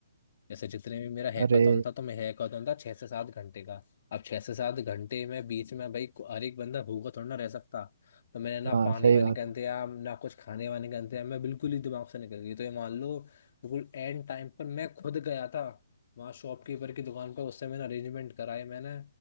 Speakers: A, on the left; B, on the right.
A: जैसे जितने भी मेरा हैकाथॉन
B: अरे
A: था तो मैं हैकाथॉन था छह से सात घंटे का अब छह से सात घंटे में बीच में भाई को- हर एक बंदा भूखा थोड़ा ना रह सकता तो मैंने ना
B: हाँ
A: पानी
B: सही
A: वानी
B: बात
A: का इंतजाम
B: है
A: ना कुछ खाने वाने का इंतजाम मैं बिल्कुल ही दिमाग से निकल गई तो ये मान लो बिल्कुल एंड टाइम पर मैं खुद गया था वहाँ शॉपकीपर की दुकान पर उससे मैंने अरेंजमेंट कराए मैंने